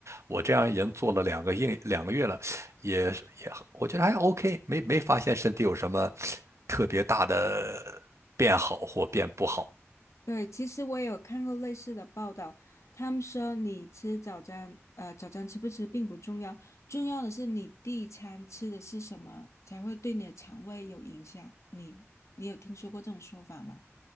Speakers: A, on the right; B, on the left.
A: 我这样已经做了两个月两个月了，也是也我觉得还 OK，没没发现身体有什么特别大的变好或变不好。
B: 对，其实我也有看过类似的报道，他们说你吃早餐，呃，早餐吃不吃并不重要，重要的是你第一餐吃的是什么，才会对你的肠胃有影响。你你有听说过这种说法吗？